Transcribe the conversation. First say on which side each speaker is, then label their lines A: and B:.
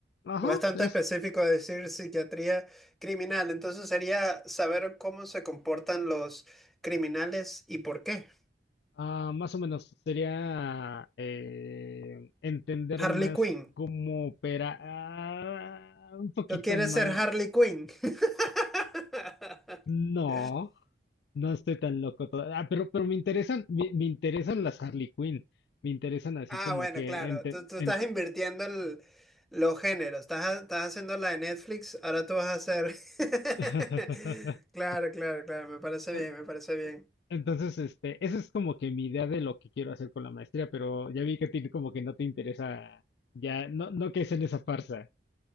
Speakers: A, on the left (about 65°); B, in the centre.
A: Ajá,
B: Bastante
A: es
B: específico decir psiquiatría criminal. Entonces sería saber cómo se comportan los criminales y por qué.
A: ah, más o menos. Sería eh, entender
B: Harley
A: más
B: Quinn.
A: cómo opera ah, un poquito
B: ¿Tú quieres
A: más.
B: ser Harley Quinn? <laughs>
A: No, no estoy tan loco todavía. Ah, pero, pero me interesan, me, me interesan las Harley Quinn. Me interesan así
B: Ah,
A: como
B: bueno,
A: que
B: claro.
A: ente-
B: Tú, tú
A: ente-
B: estás invirtiendo el- los géneros. Estás, ha- estás haciendo la de Netflix. Ahora tú vas a hacer.
A: <laughs>
B: <laughs> Claro, claro, claro. Me parece
A: Eh,
B: bien, me parece bien.
A: Entonces, este, esa es como que mi idea de lo que quiero hacer con la maestría, pero ya vi que a ti como que no te interesa, ya, no, no que es en esa farsa.